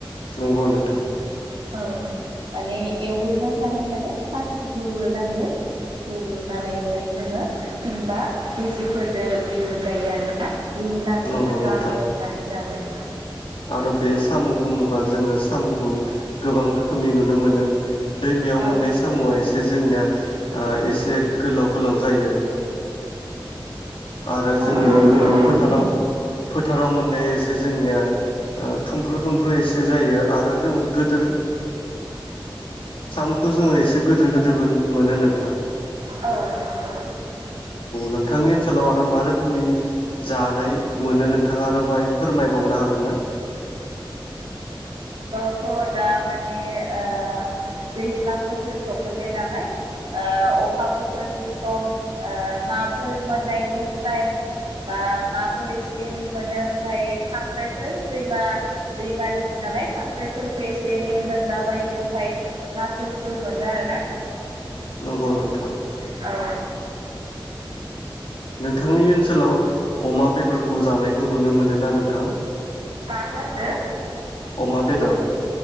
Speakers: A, on the left; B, on the right.
A: नंगौ नोंथां
B: औ माने एवरना जानाय माने फास रुग्रोनांगौ रुग्रोनानै ओमफाय जोंङो फिनबा दैजिफोरदो दिहुनजायो आरो ना दिहुननानै
A: नंगौ
B: मोजां
A: नोंथां
B: एवनानै जालाय
A: आरो बे सामु बुङोबा जोङो सामुखौ, गोबां रोखोमनि नुनो मोनो दैमायाव
B: औ
A: मोननाय सामुआ एसे जोंनिया ओ एसे गोलाव गोलाव जायो। आरो
B: औ
A: जोंङो
B: जोङो
A: फोथाराव फोथाराव मोननाया एसे जोंनिया ओ थुमफ्रु थुमफ्रु एसे जायो आरो जोंङो गोदोर <unintelligible> जोङो एसे गोदोर गोदोर मोन मोनो नोंथां औ
B: औ नंगौ
A: नोंथ सोलाव आरो मा रोखोमनि जानाय मोनो नोंथाङा आरो बाहाय फोरमायबावनो हागोन ना?
B: थ दा माने ओ दैज्लां बोथोर सफैबाय नालाय ओ अखा बोथोरनि सम ओ नाफोर मोननायनि टाइम बा नाफोर एसे एनै मोनो ओमफ्राय खांख्राइफोर दैमा दैमा दों नालाय खांख्राइफोरखौ एसे एनै मोनलाबायो ओमफ्राय नाथुरफोर मोनो आर ना,
A: नंगौ नोंथां।
B: औ
A: नोंथांनि ओनसोलाव अमा बेदरखौ जानायखौ नुनो मोनो ना नोंथां
B: मा होन्दो?
A: अमा बेदर